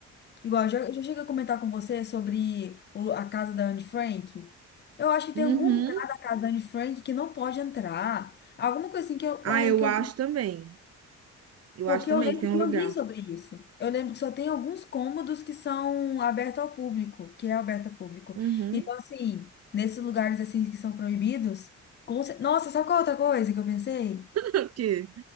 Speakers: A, on the left; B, on the right.
A: Igual, eu já, eu já cheguei a comentar com você sobre o- a casa da Anne Frank. Eu acho que tem
B: Uhum.
A: algum lugar da casa da Anne Frank que não pode entrar. Alguma coisa assim que eu, eu
B: Ah,
A: lembro
B: eu
A: que
B: acho
A: eu
B: também. Eu
A: Porque
B: acho também
A: eu lembro
B: que tem
A: que
B: um lugar.
A: eu li sobre isso. Eu lembro que só tem alguns cômodos que são abertos ao público, que é aberto ao público.
B: Uhum.
A: Então, assim, nesses lugares assim que são proibidos, com cer- Nossa, sabe qual é outra coisa que eu pensei?
B: O quê?